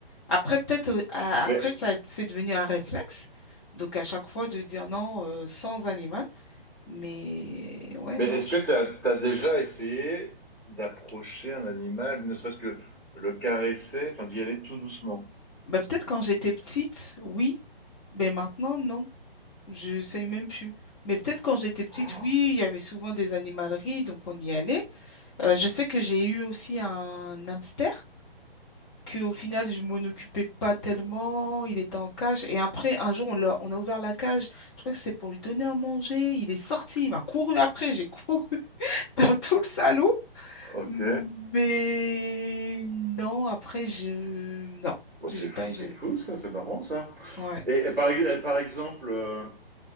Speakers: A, on the left; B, in the centre.
A: Après, peut-être, euh, à- après,
B: Mais
A: ça, c'est devenu un réflexe. Donc, à chaque fois, de dire non euh, sans animal. Mais ouais,
B: Mais
A: non.
B: est-ce
A: je-
B: que tu as, déjà essayé d'approcher un animal, ne serait-ce que le caresser, enfin d'y aller tout doucement?
A: ben, peut-être quand j'étais petite, oui. Mais maintenant, non. Je sais même plus. Mais peut-être quand j'étais petite,
B: Oh,
A: oui, il y avait souvent des animaleries, donc on y allait. Euh, je sais que j'ai eu aussi un hamster, que au final, je m'en occupais pas tellement, il était en cage. Et après, un jour, on l'a, on a ouvert la cage, je crois que c'était pour lui donner à manger. Il est sorti, il m'a couru après, j'ai couru <laughs> dans tout le salon.
B: ok.
A: Mais non, après, je... Non,
B: Bon, c'est
A: j'ai pas
B: fou,
A: eu
B: c'est
A: d'animal.
B: fou ça, c'est marrant ça.
A: Ouais,
B: Et, et par, ex- et par exemple, euh,